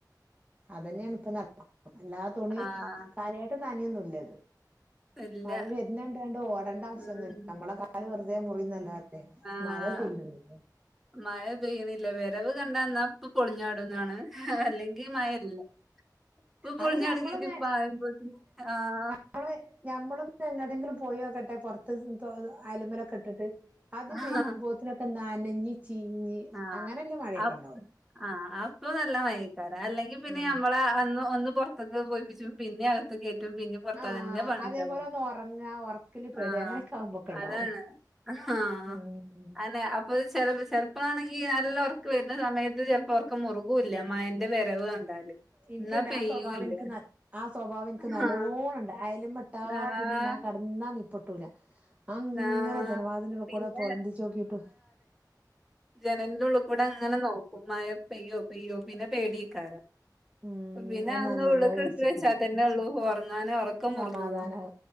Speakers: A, on the right (about 20°); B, in the centre.
A: അതന്നെയാണ് ഇപ്പ നടക്ക എല്ലാ തുണി
B: ആഹ്
A: കാര്യയിട്ട് നന യൊന്നുല്ലിത്
B: ഇല്ല
A: മഴ വര്ന്നണ്ടാണ്ട് ഓടേണ്ട ആവശ്യോന്നുല്ല
B: ഉം
A: നമ്മളെ കാല് വെറുതെ മുറിയുന്നല്ലാതെ
B: ആഹ്
A: മഴ പെയ്യുന്നുല്ല
B: മഴ പെയ്യണില്ല വരവ് കണ്ടന്നാ ഇപ്പൊ പൊളിഞ്ഞാടുന്നാണ് അല്ലെങ്കി മഴല്ല ഇപ്പൊ പൊളിഞ്ഞടങ്ങി
A: അത് ഞമ്മളൊന്ന്
B: <unintelligible> ആഹ്
A: നമ്മള് ഞമ്മളന്ന് പിന്ന എങ്ങാട്ടെങ്കിലും പോയോക്കട്ടെ പൊറത്ത് അലമലൊക്കെ ഇട്ടിട്ട് അത്
B: ആഹ്
A: വരുമ്പോത്തിനൊക്കെ നനഞ്ഞി ചീഞ്ഞു
B: ആഹ്
A: അങ്ങനെല്ല മഴേക്കെണ്ടാവും
B: ആ ആഹ് അപ്പ നല്ല മയക്കാരം അല്ലെങ്കിൽ പിന്നെ
A: ഉം
B: നമ്മള അന്ന് ഒന്ന് പൊറ തക്കെ പോയിപ്പിച്ച് പിന്നെ അകത്ത് കേറ്റും പിന്നെ പൊറത്തതന്നേ
A: ആഹ്
B: പണിണ്ടാവും
A: അതേപോലെ ഒന്ന് ഒറങ്ങാ ഒറക്കില് പെടാ
B: ആഹ്
A: അങ്ങനെയൊക്കെ ആവുമ്പോക്കെ ഉണ്ടാവും
B: അതാണ് ആഹ്
A: ഉം
B: അനെ അപ്പ ചെലപ്പോ ചെ ഇപ്പോഴാണെങ്കിൽ നല്ല ഒറക്ക് വരുന്ന സമയത്ത് ചെലപ്പോ ഒറക്കം മുറുകൂല്ല മയേന്റെ വരവ് കണ്ടാല്
A: എനിക്കുണ്ട്
B: എന്നാ പെയ്യൂല്ല
A: ആ സ്വഭാവം, എനിക്ക്, ന, ആ സ്വഭാവം എനിക്ക്
B: ആഹ്
A: നല്ലോണം, ഒണ്ട് അയൽ - <unintelligible>
B: ആഹ്
A: പിന്നെ ഞാൻ കടന്നാ നീപ്പൊട്ടൂല. അങ്ങന
B: ആഹ്
A: ജനവാതിന്റവിടക്കൂടാ-
B: പിന്നെ
A: പൊന്തിച് നോക്കിട്ടു.
B: ജനലിന്റ ഉള്ളി കൂടെ അങ്ങനെ- നോക്കും മയ പെയ്യോ, പെയ്യോ, പിന്നെ പേടി ആക്കാരം.
A: ഉം..
B: പിന്നെ അത്
A: നനയല്ലോ
B: ഉള്ളീക്ക്
A: വിചാരിച്ചിട്ട്
B: എടുത്ത്- വെച്ചാ തന്നെ ഉള്ളൂ ഒറങ്ങാനേ- ഒറക്കം
A: സമാധാനാവ
B: മുറുകുള്ളു.